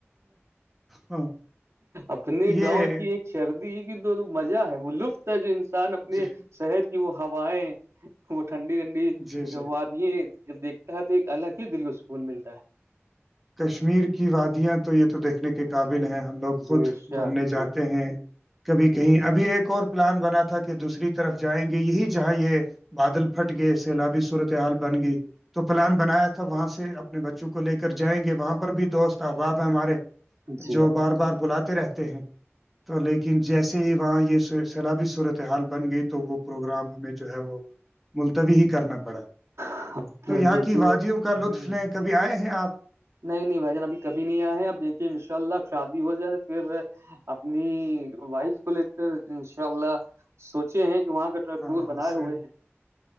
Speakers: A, in the centre; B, on the right (about 75°).
A: ہاں
B: اپنے
A: یہ
B: گاؤں کی ایک سردی کی تو مزہ ہے وہ لطف ہے جو انسان اپنے
A: جی
B: شہر کی وہ ہوائیں وہ ٹھنڈی ٹھنڈی
A: جی جی
B: وادیں جب دیکھتا ہے تو ایک الگ ہی دل کو سکون ملتا ہے
A: کشمیر کی وادیاں تو یہ تو دیکھنے کے قابل ہیں ہم لوگ خود
B: بے شک
A: گھومنے جاتے
B: بے شک۔
A: ہیں کبھی کہیں
B: جی
A: ابھی ایک اور پلان بنا تھا کہ دوسری طرف جائیں گے یہی جہاں یہ بادل پھٹ گئے سیلابی صورتحال بن گئی تو پلان بنایا تھا وہاں سے اپنے بچوں کو لے کر کے جائیں گے وہاں پر بھی دوست احباب ہیں ہمارے
B: جی بھائی
A: جو بار بار بلاتے رہتے ہیں تو لیکن جیسے ہی وہاں یہ سیلابی صورت حال بن گئی تو وہ پروگرام ہمیں جو ہے وہ ملتوی ہی کرنا پڑا
B: جان،
A: تو یہاں
B: اب دیکھیے
A: کی وادیوں
B: ہ
A: کا لطف لیں کبھی آئے ہیں آپ
B: نہیں نہیں بھائی جان اب کبھی نہیں آئے ہیں اب دیکھیے ان شاء اللہ شادی ہو جائے پھر اپنی وائف کو لے کر ان شاء اللہ سوچے ہیں کہ وہاں کا
A: ہاں
B: ٹور بنائے
A: صحیح
B: ہوئے ہیں